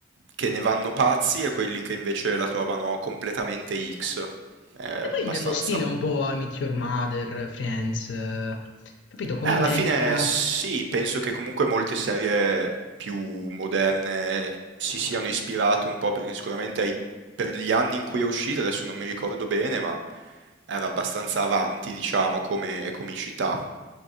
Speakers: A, on the right; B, on the left.
A: che ne vanno pazzi e quelli che invece la trovano completamente X. È
B: E
A: abbastanza
B: poi nello stile un po' I Meet Your Mother, Friends, eh, capito? Commedia.
A: Eh, alla fine sì, penso che comunque molte serie più moderne si siano ispirate un po' perché sicuramente ai- per gli anni in cui è uscita, adesso non mi ricordo bene, ma era abbastanza avanti, diciamo, come comicità.